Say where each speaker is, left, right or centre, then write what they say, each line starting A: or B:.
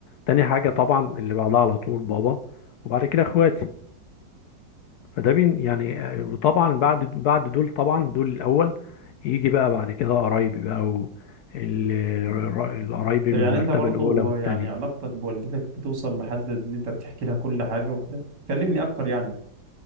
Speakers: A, on the left; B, on the right.
A: تاني حاجه طبعا اللي بعدها على طول بابا وبعد كده اخواتي فده بين يعني آه، وطبعا بعد بعد دول طبعا دول الاول يجي بقى بعد كده قرايبي بقى و ال- الر- القرايبي
B: طب
A: من
B: يعني
A: المرتبه
B: انت برضه
A: الاولى والتانيه
B: يعني علاقتك بوالدتك بتوصل لحد ان انت بتحكي لها كل حاجه وكده كلمني اكتر يعني